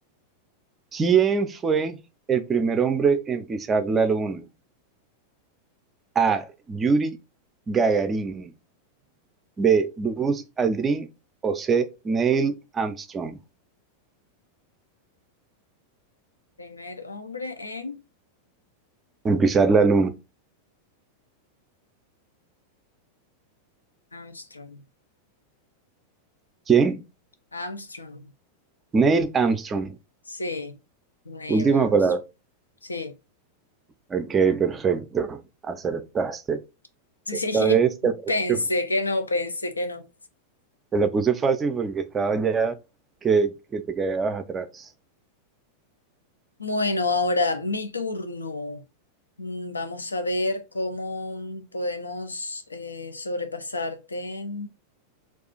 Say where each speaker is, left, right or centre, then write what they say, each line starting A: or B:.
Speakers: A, on the right; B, on the left.
A: ¿Quién fue el primer hombre en pisar la luna? A. Yuri Gagarin. B. Buzz Aldrin. O C. Neil Armstrong.
B: Primer hombre en
A: En pisar la luna.
B: Armstrong.
A: ¿Quién?
B: Armstrong.
A: Neil Armstrong.
B: Sí, Neil
A: Última
B: Armstrong.
A: palabra.
B: Sí,
A: Ok, perfecto. Acertaste.
B: <laughs> sí,
A: Esta vez te la
B: pensé
A: puse,
B: que no, pensé que no.
A: te la puse fácil porque estaba ya que, que te quedabas atrás.
B: Bueno, ahora mi turno. Mm, Vamos a ver cómo podemos eh, sobrepasarte.